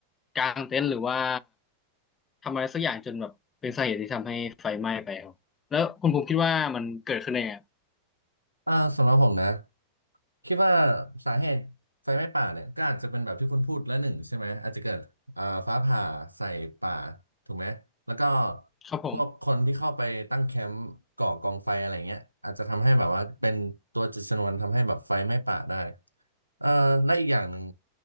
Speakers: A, on the left; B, on the right.
A: กางเต็นท์หรือว่าทำอะไรสักอย่างจนแบบเป็นสาเหตุที่ทำให้ไฟไหม้ไปครับแล้วคุณภูมิคิดว่ามันเกิดขึ้นได้ไงครับ
B: อ่าสำหรับผมนะคิดว่าสาเหตุไฟไหม้ป่าเนี่ยก็อาจจะเป็นแบบที่คุณพูดและหนึ่งใช่ไหมอาจจะเกิดอ่าฟ้าผ่าใส่ป่าถูกไหมแล้วก็
A: ครับผม
B: พวกคนที่เข้าไปตั้งแคมป์ก่อกองไฟอะไรเงี้ยอาจจะทำให้แบบว่าเป็นตัวจุดชนวนทำให้แบบไฟไหม้ป่าได้เอ่อและอีกอย่างหนึ่ง